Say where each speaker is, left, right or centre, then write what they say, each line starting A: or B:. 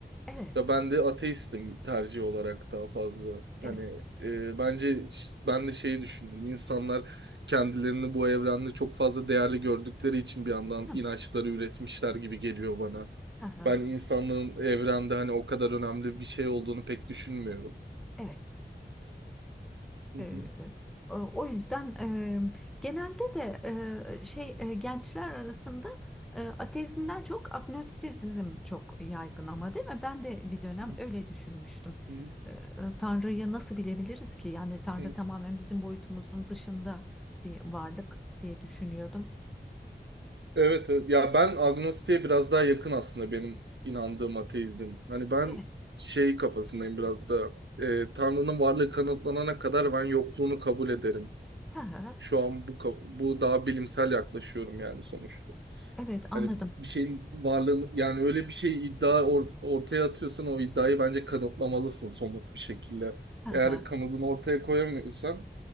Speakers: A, in the centre; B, on the right.
A: evet,
B: Ya ben de ateistim tercih olarak daha fazla.
A: evet.
B: Hani e, bence ş- ben de şeyi düşünüyorum. İnsanlar kendilerini bu evrende çok fazla değerli gördükleri için bir yandan
A: Hı,
B: inançları üretmişler gibi geliyor bana.
A: hı, hı,
B: Ben insanlığın evrende hani o kadar önemli bir şey olduğunu pek düşünmüyorum.
A: evet.
B: Hı hı,
A: Ee, o o yüzden e, genelde de e, şey e, gençler arasında e, ateizmden çok agnostisizm çok yaygın ama değil mi? Ben de bir dönem
B: hı
A: öyle düşünmüştüm.
B: hı,
A: E, e, Tanrı'yı nasıl bilebiliriz ki? Yani Tanrı
B: hı.
A: tamamen bizim boyutumuzun dışında bir varlık diye düşünüyordum.
B: Evet, evet. Ya ben agnostiğe biraz daha yakın aslında benim inandığım ateizm. Hani ben
A: Evet.
B: şey kafasındayım biraz da e, Tanrı'nın varlığı kanıtlanana kadar ben yokluğunu kabul ederim.
A: Ha ha.
B: Şu an bu ka- bu daha bilimsel yaklaşıyorum yani sonuçta.
A: Evet anladım.
B: Hani bir şeyin varlığını yani öyle bir şey iddia or- ortaya atıyorsan o iddiayı bence kanıtlamalısın somut bir şekilde.
A: Ha
B: Eğer
A: ha.
B: kanıtını ortaya koyamıyorsan